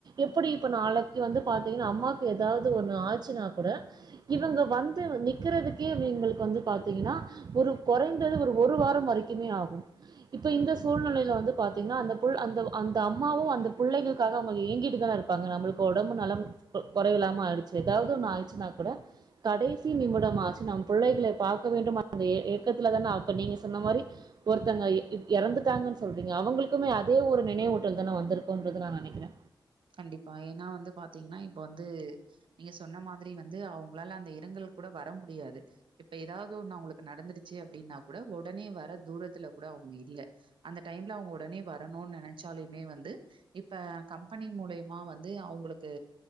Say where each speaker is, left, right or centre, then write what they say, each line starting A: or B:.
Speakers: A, on the right (about 55°); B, on the right (about 80°).
A: எப்படி இப்ப நாளைக்கு வந்து பாத்தீங்கன்னா அம்மாக்கு எதாவது ஒண்ணு ஆச்சின்னா கூட இவங்க வந்து நிக்கறதுக்கே இவிங்களுக்கு வந்து பாத்தீங்கன்னா ஒரு கொறைந்தது ஒரு ஒரு வாரம் வரைக்குமே ஆகும் இப்ப இந்த சூழ்நெலையில வந்து பாத்தீங்கன்னா அந்த புள் அந்த அந்த அம்மாவும் அந்த புள்ளைங்களுக்காக அவங்க ஏங்கிட்டு தான இருப்பாங்க நம்மளுக்கு ஒடம்பு நலம் கொ கொறைவில்லாம ஆயிடுச்சி எதாவது ஒண்ணு ஆயிச்சின்னா கூட கடைசி நிமிடமா ஆச்சி நம் புள்ளைகளை பாக்க வேண்டும் அந்த ஏ ஏக்கத்துல தான அப்ப நீங்க சொன்ன மாரி ஒருத்தங்க எ இப் எறந்துட்டாங்கன் சொல்றீங்க அவங்களுக்குமே அதே ஒரு நினைவுட்டல் தானே வந்திருக்குன்றது நெனைக்கறே
B: கண்டிப்பா ஏன்னா வந்து பாத்தீங்னா இப்ப வந்து நீங்க சொன்ன மாதிரி வந்து அவங்ளால அந்த இரங்கல்க்கு கூட வர முடியாது இப்ப ஏதாவ்து ஒண்ணு அவங்ளுக்கு நடந்துருச்சு அப்டின்னா கூட ஒடனே வர தூரத்துல கூட அவுங்க இல்ல அந்த டைம்ல அவுங்க உடனே வரணுனு நெனச்சாலுமே வந்து இப்ப பணி மூலியமா வந்து அவுங்ளுக்கு